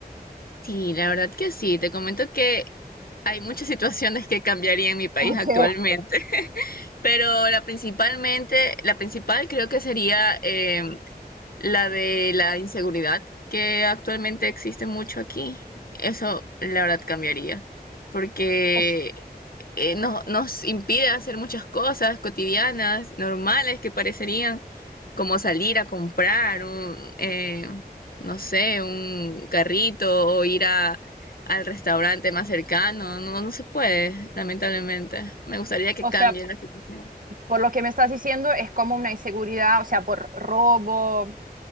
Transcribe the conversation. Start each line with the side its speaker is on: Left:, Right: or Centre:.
Left: Sí, la verdad que sí. Te comento que hay muchas situaciones que cambiaría en mi país
Right: Ok.
Left: actualmente, pero la principalmente, la principal creo que sería eh, la de la inseguridad que actualmente existe mucho aquí. Eso la verdad cambiaría, porque
Right: O,
Left: eh, nos, nos impide hacer muchas cosas cotidianas, normales que parecerían, como salir a comprar un, eh, no sé, un carrito o ir a, al restaurante más cercano. No, no se puede, lamentablemente. Me gustaría que
Right: o
Left: cambie
Right: sea,
Left: la situación.
Right: Por lo que me estás diciendo, es como una inseguridad, o sea, por robo,